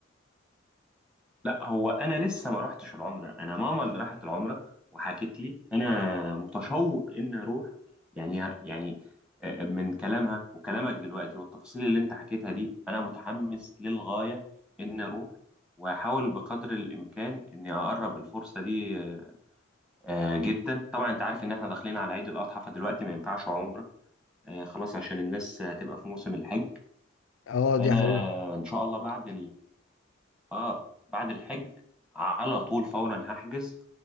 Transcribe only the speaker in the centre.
لا هو انا لسه ما رحتش العمره انا ماما اللي راحت العمره وحكت لي انا متشوق ان اروح يعني ه- يعني آه، من كلامها وكلامك دلوقتي والتفاصيل اللي انت حكيتها دي انا متحمس للغايه ان اروح واحاول بقدر الامكان اني اقرب الفرصه دي آه، آه، جدا طبعا انت عارف ان احنا داخلين على عيد الاضحى فدلوقتي ما ينفعش عمره آه، خلاص عشان الناس هتبقى في موسم الحج
فانا
ان شاء الله بعد اه بعد الحج على طول فورا هحجز